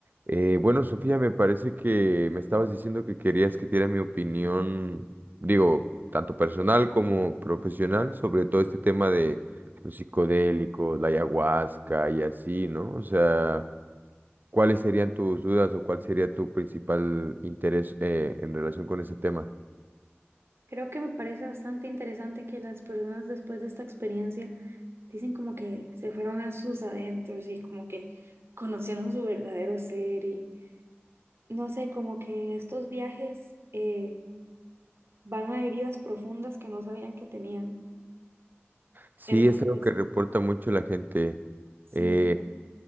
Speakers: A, on the right; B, on the right.
A: Eh, bueno, Sofía, me parece que me estabas diciendo que querías que diera mi opinión, digo, tanto personal como profesional, sobre todo este tema de los psicodélicos, la ayahuasca y así, ¿no? O sea, ¿cuáles serían tus dudas o cuál sería tu principal interés eh, en relación con ese tema?
B: Creo que me parece bastante interesante que las personas después de esta experiencia dicen como que se fueron a sus adentros y como que conocieron su verdadero ser y no sé, como que en estos viajes eh, van a heridas profundas que no sabían que tenían.
A: Sí,
B: Entonces,
A: es algo que reporta mucho la gente.
B: sí,
A: Eh,